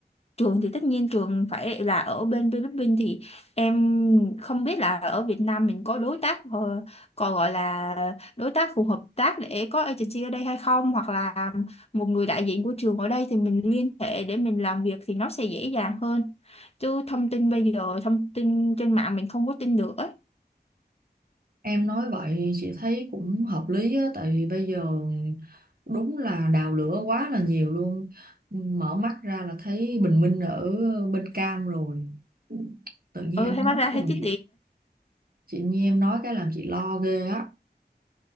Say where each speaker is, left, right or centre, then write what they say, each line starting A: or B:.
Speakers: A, on the left (about 35°); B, on the right (about 55°).
A: trường thì tất nhiên trường phải là ở bên Philippines thì em không biết là ở Việt Nam mình có đối tác ờ, còn gọi là đối tác phù hợp tác để có agency ở đây hay không hoặc là một người đại diện của trường ở đây thì mình liên hệ để mình làm việc thì nó sẽ dễ dàng hơn chứ thông tin bây giờ thông tin trên mạng mình không có tin được ấy
B: em nói vậy chị thấy cũng hợp lý á tại vì bây giờ đúng là đào lửa quá là nhiều luôn mở mắt ra là thấy bình minh ở bên cam rồi tự nhiên
A: ừ
B: em
A: em nói
B: nói
A: ra
B: cái
A: thấy
B: làm
A: chứ
B: chị chị nhiên em nói cái làm chị lo ghê á